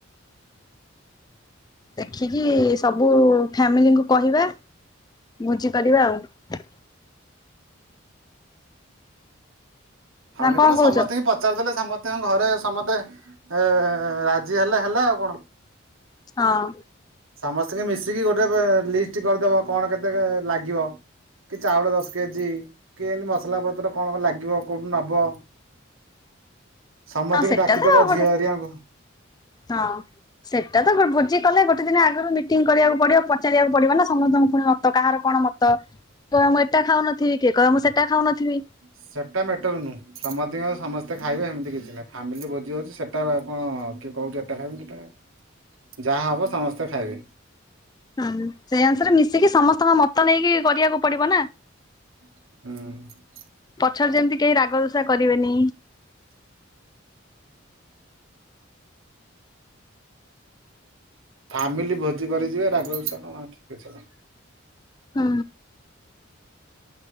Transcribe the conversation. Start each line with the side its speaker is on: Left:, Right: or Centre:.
Left: ଦେଖିକି ସବୁ ଫ୍ୟାମିଲିଙ୍କୁ କହିବା ବୁଝିପାରିବା ଆଉ।
Right: ହଉନି
Left: ନା
Right: କଣ ସମସ୍ତେଙ୍କୁ
Left: କହୁଛ?
Right: ପଚାରି ଦେଲେ ସମ ତାଙ୍କ ଘରେ ସମସ୍ତେ ଏ ରାଜି ହେଲେ ହେଲା ଆଉ କଣ
Left: ହଁ।
Right: ସମସ୍ତଙ୍କୁ ମିଶିକି ଗୋଟେ ଲିଷ୍ଟ କରିଦେବ କଣ କେତେ ଲାଗିବ କି ଚାଉଳ ଦଶ କେଜି କି ଏମିତି ମସଲାପତ୍ର କଣ କଣ ଲାଗିବ କୋଉଠୁ ନବ ସମସ୍ତଙ୍କୁ
Left: ହଁ ସେଟା
Right: ଡାକିଦବ
Left: ତ ଆଉ ଗୋଟେ
Right: ଝିଅ ହେରିଆଙ୍କୁ
Left: ହଁ। ସେଟା ତ ଗୋଟେ ଭୋଜି କଲେ ଗୋଟେ ଦିନ ଆଗରୁ ମିଟିଂ କରିବାକୁ ପଡିବ ପଚାରିବାକୁ ପଡିବ ନା ସମସ୍ତଙ୍କୁ ପୁଣି ମତ କାହାର କଣ ମତ କହେ ମୁଁ ଏଟା ଖାଉନଥିବି କି କହେ ମୁଁ ସେଟା ଖାଉନଥିବି।
Right: ସେଟା ମ୍ୟାଟର ନୁହଁ ସମସ୍ତଙ୍କ ସମସ୍ତେ ଖାଇବେ ସେମିତି କିଛି ନ ଫାମିଲି ଭୋଜି ହୋଉଚି ସେଇଟା କଣ କିଏ କୋହୁଚି ଏଟା ଖାଇବ କେଟା ଖାଇ ଯାହା ହବ ସମସ୍ତେ ଖାଇବେ।
Left: ହଁ ସେଇ ଅନୁସାରେ ମିଶିକି ସମସ୍ତଙ୍କ ମତ ନେଇକି କରିବାକୁ ପଡିବ ନା।
Right: ହୁଁ।
Left: ପଛରେ ଯେମିତି କେହି ରାଗ ଋଷା କରିବେନି।
Right: ଫାମିଲି ଭୋଜି କରି ଯିବେ। ରାଗ ରୁଷା କଣ କିଛି ନାଇ।
Left: ହୁଁ।